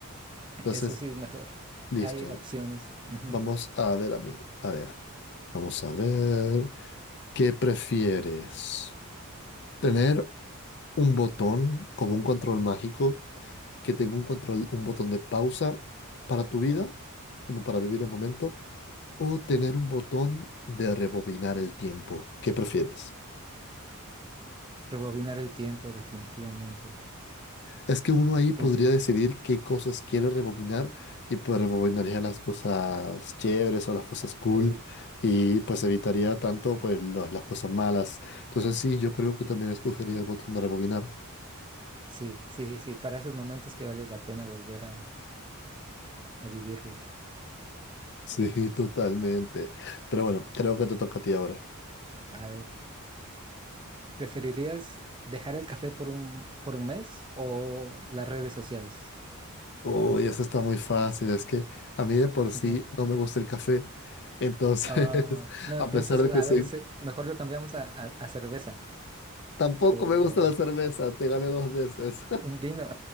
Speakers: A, on the left; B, on the right.
A: Entonces,
B: Eso sí es mejor.
A: listo.
B: Hay opciones. Ujú.
A: Vamos a ver a mí. A ver, vamos a ver. ¿Qué prefieres? ¿Tener un botón como un control mágico que tenga un control, un botón de pausa para tu vida, como para vivir el momento? ¿O tener un botón de rebobinar el tiempo? ¿Qué prefieres?
B: Rebobinar el tiempo, definitivamente.
A: Es que uno ahí podría
B: Indi-
A: decidir qué cosas quiere rebobinar y pues rebobinaría las cosas chéveres o las cosas cool
B: ey,
A: y pues evitaría tanto pues lo- las cosas malas. Entonces sí, yo creo que también escogería el botón de rebobinar.
B: Sí, sí, sí. Para esos momentos que vale la pena volver a, a vivirlos.
A: Sí, <laughs> totalmente. Pero bueno, creo que te toca a ti ahora.
B: A ver, ¿preferirías dejar el café por un, por un mes o las redes sociales?
A: Uy, eso está muy fácil. Es que a mí de por
B: <laughs>
A: sí no me gusta el café. Entonces,
B: Ah,
A: <laughs>
B: no,
A: a
B: entonces,
A: pesar de
B: a
A: que soy...
B: ver, se- mejor lo cambiamos a, a- a cerveza
A: Tampoco
B: o
A: me gusta la cerveza. Te gané dos veces.
B: un vino.